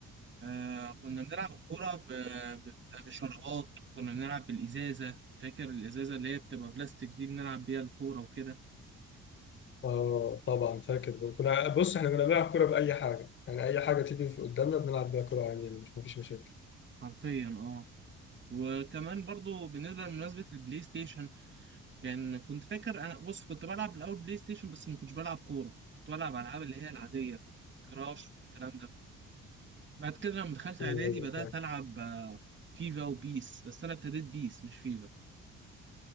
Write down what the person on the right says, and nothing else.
آه، كنا بنلعب الكوره ب- ب- بشرابات كنا بنلعب بالازازه فاكر الازازه اللي هي بتبقى بلاستيك دي بنلعب بيها الكوره وكده
حرفيا اه وكمان برضو بالنسبه لمناسبه البلاي ستيشن لان كنت فاكر انا بص كنت بلعب الاول بلاي ستيشن بس ما كنتش بلعب كوره كنت بلعب العاب اللي هي العاديه كراش والكلام ده بعد كده لما دخلت
اعدادي بدات
العب آه، فيفا وبيس بس انا ابتديت بيس مش فيفا